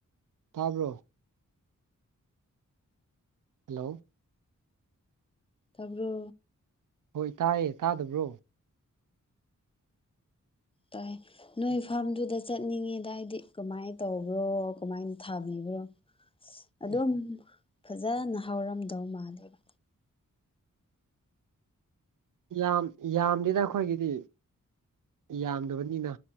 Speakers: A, on the right; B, on the left.
A: ꯊꯥꯕ꯭ꯔꯣ ꯍꯜꯂꯣ
B: ꯇꯥꯕ꯭ꯔꯣ
A: ꯍꯣꯏ ꯇꯥꯏꯌꯦ ꯇꯥꯗꯕ꯭ꯔꯣ
B: ꯇꯥꯏ ꯅꯣꯏ ꯐꯥꯔꯝꯗꯨꯗ ꯆꯠꯅꯤꯡꯉꯤꯗ ꯍꯥꯏꯗꯤ ꯀꯃꯥꯏꯅ ꯇꯧꯕ꯭ꯔꯣ ꯀꯃꯥꯏꯅ ꯊꯥꯕꯤꯕ꯭ꯔꯣ ꯑꯗꯨꯝ
A: ꯑꯦ
B: ꯐꯖꯅ ꯍꯧꯔꯝꯗꯧ ꯃꯥꯜꯂꯦꯕ
A: ꯌꯥꯝ ꯌꯥꯝꯗꯦꯅ ꯑꯩꯈꯣꯏꯒꯤꯗꯤ ꯌꯥꯝꯗꯕꯅꯤꯅ